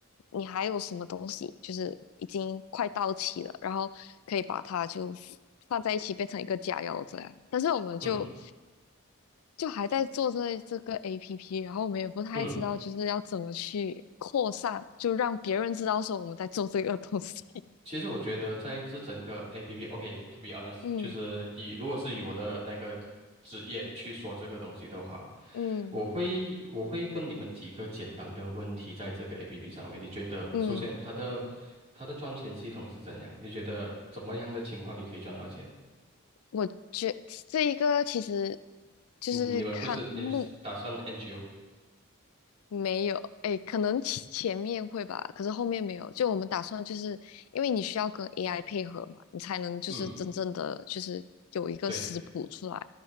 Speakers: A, on the left (about 85°); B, on the right (about 30°).
A: 你还有什么东西就是已经快到期了，然后可以把它就放在一起变成一个假药这样。但是我们就
B: 嗯嗯
A: 就还在做这这个 APP，然后我们也不太知道就是要怎么去扩散，
B: 嗯，
A: 就让别人知道说我们在做这个东西。<laughs>
B: 其实我觉得在这整个 APP，OK，to be honest，
A: 嗯
B: 就是以如果是以我的那个职业去说这个东西的话，
A: 嗯
B: 我会我会问你们几个简单的问题，在这个 APP 上面，你觉得首先它的它的赚钱系统是怎样？
A: 嗯，
B: 你觉得怎么样的情况你可以赚到钱？
A: 我觉这一个其实就是看目
B: 嗯你们不是，你是打算 NGO？
A: 没有，哎，可能前前面会吧，可是后面没有。就我们打算，就是因为你需要跟 AI 配合嘛，你才能就是真正的就是有一个食谱出来。
B: 嗯，对